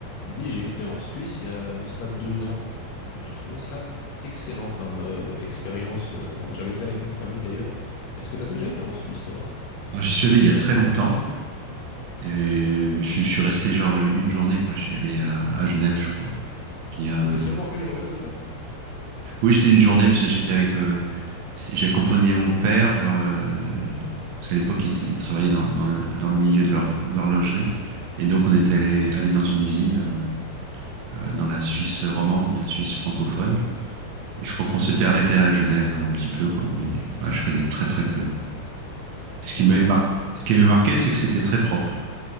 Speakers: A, on the left; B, on the right.
A: Dis, j'ai été en Suisse il y a de ça deux ans. J'ai trouvé ça excellent comme euh, expérience. euh, j'avais été avec ma famille d'ailleurs. Est-ce que t'as déjà été en Suisse, toi?
B: Alors, j'y suis allé il y a très longtemps. Et mais je, suis je suis resté genre une journée, quoi. Je suis allé à, à Genève, je crois. Puis, euh,
A: T'as été seulement une journée au total?
B: oui, j'étais une journée parce que j'étais avec. euh, c'est- j'accompagnais mon père, euh, parce qu'à l'époque, il, il travaillait dans, dans le, dans le milieu de l'hor- l'horlogerie. Et donc, on était allé, allé dans une usine euh, euh, dans la Suisse romande, la Suisse francophone. Et je crois qu'on s'était arrêté à Genève un petit peu, quoi. Mais voilà, je connais très, très peu. Ce qui
A: Ok.
B: m'avait mar- ce qui m'avait marqué, c'est que c'était très propre.